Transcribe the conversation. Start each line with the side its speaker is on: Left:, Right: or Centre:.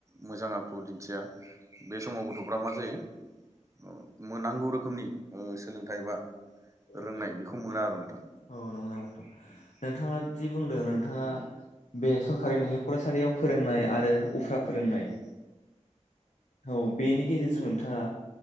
Right: मोजां आखु दिन्थिया बे समाव गथ'फ्रा मा जायो ओ मोनांगौ रोखोमनि ओ सोलोंथाइ बा
Left: <unintelligible>
Right: रोंनाय बेखौ मोना आरो नोंथां
Left: औ नंगौ नामा नोंथां? नोंथाङा जि बुंदों नोंथाङा बे सरकारि नोंङै फरायसालियाव फोरोंनाय आरो उफ्रा फोरोंनाय औ बेनि गेजेरजों नोंथाङा